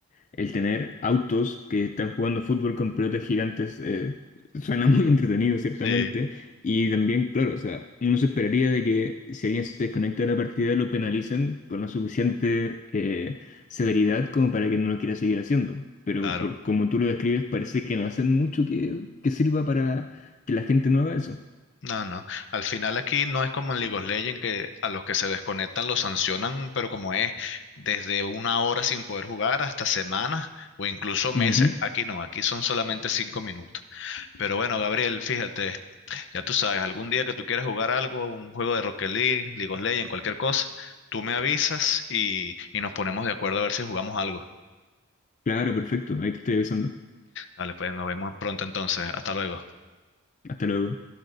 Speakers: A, on the left; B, on the left.
A: el tener autos que están jugando fútbol con pelotas gigantes eh, suena <laughs> muy entretenido, ciertamente.
B: Sí,
A: Y también, claro, o sea, uno se esperaría de que si alguien se desconecta de la partida lo penalicen con la suficiente eh, severidad como para que no lo quiera seguir haciendo. Pero
B: claro.
A: por como tú lo describes, parece que no hacen mucho que, que sirva para que la gente no haga eso.
B: No, no. Al final aquí no es como en League of Legends que a los que se desconectan los sancionan, pero como es desde una hora sin poder jugar hasta semanas o incluso meses.
A: Ujú.
B: Aquí no, aquí son solamente cinco minutos. Pero bueno, Gabriel, fíjate, Ya tú sabes, algún día que tú quieras jugar algo, un juego de Rocket League, League of Legends, cualquier cosa, tú me avisas y, y nos ponemos de acuerdo a ver si jugamos algo.
A: Claro, perfecto. Ahí te estoy avisando.
B: Dale, pues nos vemos pronto entonces. Hasta luego.
A: Hasta luego.